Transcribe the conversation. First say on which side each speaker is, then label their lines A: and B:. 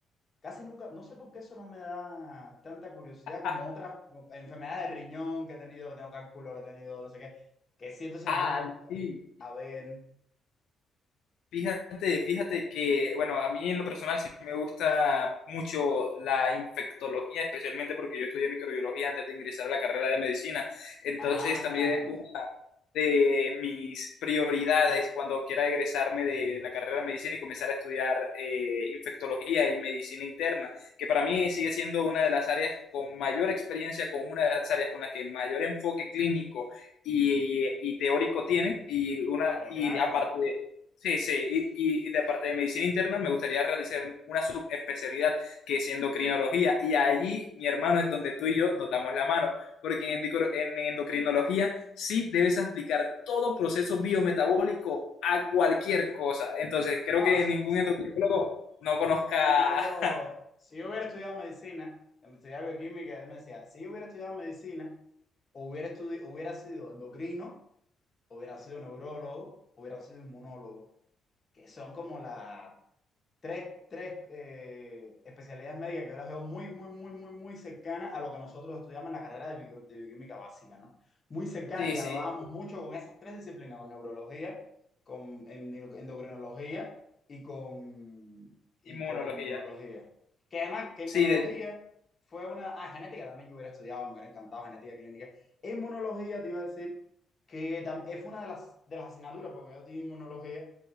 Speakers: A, on the left; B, on the left.
A: Casi nunca, no sé por qué eso no me da tanta curiosidad como
B: Ah,
A: otras como enfermedades de riñón que he tenido, que tengo cálculo, que he tenido, no sé qué, que siento se
B: ay,
A: me pongo a buscar.
B: sí.
A: A ver.
B: Fíjate, fíjate que, bueno, a mí en lo personal sí me gusta mucho la infectología, especialmente porque yo estudié microbiología antes de ingresar a la carrera de medicina. Entonces
A: Ah,
B: también es una de mis prioridades cuando quiera egresarme de la carrera de medicina y comenzar a estudiar eh, infectología y medicina interna, que para mí sigue siendo una de las áreas con mayor experiencia, con una de las áreas con la que mayor enfoque clínico y, y teórico tiene, y, una,
A: pero
B: y
A: claro.
B: aparte Sí, sí, y, y de parte de medicina interna me gustaría realizar una subespecialidad que es endocrinología y allí mi hermano es donde tú y yo nos damos la mano, porque en, endocr- en endocrinología sí debes aplicar todo proceso biometabólico a cualquier cosa, entonces creo
A: No,
B: que
A: si,
B: ningún
A: si
B: endocrinólogo no conozca,
A: si yo,
B: <laughs>
A: si yo hubiera estudiado medicina, cuando estudiaba bioquímica, él me decía, si yo hubiera estudiado medicina, o hubiera, estudi hubiera sido endocrino, hubiera sido neurólogo, hubiera sido inmunólogo, que son como las tres, tres eh, especialidades médicas que yo las veo muy, muy, muy, muy, muy cercanas a lo que nosotros estudiamos en la carrera de, bio- de bioquímica básica, ¿no? Muy cercana
B: sí,
A: y dialogábamos
B: sí,
A: mucho con esas tres disciplinas, con neurología, con endo- endocrinología y con, y
B: inmunología,
A: con inmunología. Que además, que inmunología
B: sí, de
A: fue una... Ah, genética también yo hubiera estudiado, me hubiera encantado genética clínica. Inmunología te iba a decir que tam- eh, fue una de las, de las asignaturas, porque yo di inmunología